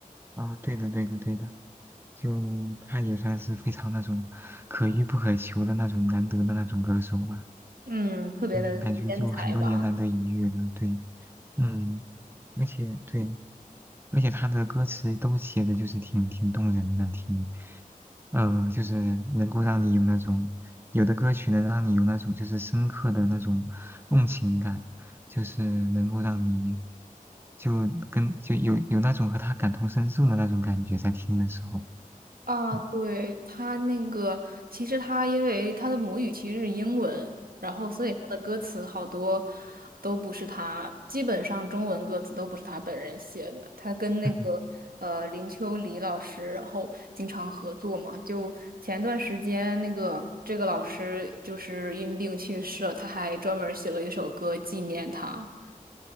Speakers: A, on the right; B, on the right.
A: 啊，对的，对的，对的，就他也算是非常那种可遇不可求的那种难得的那种歌手吧。
B: 嗯，特别的天才吧。
A: 嗯，感觉就很多年难得一遇了，对，嗯，而且对，而且他的歌词都写的就是挺挺动人的，挺，呃，就是能够让你有那种，有的歌曲能让你有那种就是深刻的那种共情感，就是能够让你就跟就有有那种和他感同身受的那种感觉，在听的时候，
B: 啊，
A: 嗯
B: 对，他那个，其实他因为他的母语其实是英文，然后所以他的歌词好多都不是他，基本上中文歌词都不是他本人写的。他跟那个呃林秋离老师，
A: 嗯。
B: 然后经常合作嘛。就前段时间那个这个老师就是因病去世了，他还专门儿写了一首歌纪念他。